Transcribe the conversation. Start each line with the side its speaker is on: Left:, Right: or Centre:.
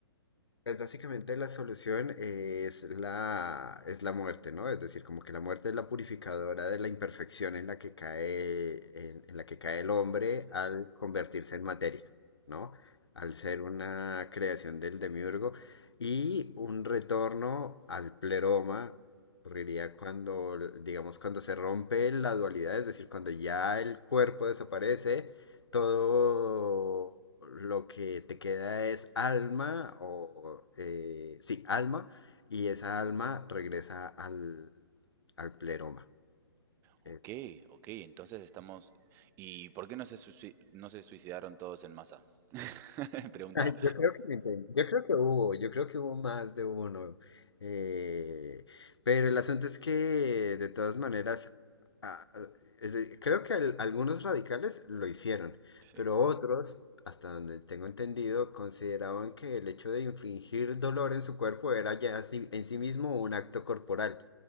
Left: Pues básicamente la solución es la, es la muerte, ¿no? Es decir, como que la muerte es la purificadora de la imperfección en la que cae, en, en la que cae el hombre al convertirse en materia, ¿no? Al ser una creación del demiurgo y un retorno al pleroma ocurriría cuando, digamos, cuando se rompe la dualidad, es decir, cuando ya el cuerpo desaparece todo lo que te queda es alma o eh, sí, alma, y esa alma regresa al, al pleroma. Eso
Right: Ok, ok, entonces estamos... ¿Y por qué no se, suici- no se suicidaron todos en masa? <laughs> Pregunta.
Left: Ay, Yo creo que lo inten- yo creo que hubo, yo creo que hubo más de uno. eh, pero el asunto es que de todas maneras, ah, es de- creo que al- algunos radicales lo hicieron,
Right: Sí.
Left: pero otros, hasta donde tengo entendido, consideraban que el hecho de infligir dolor en su cuerpo era ya sí- en sí mismo un acto corporal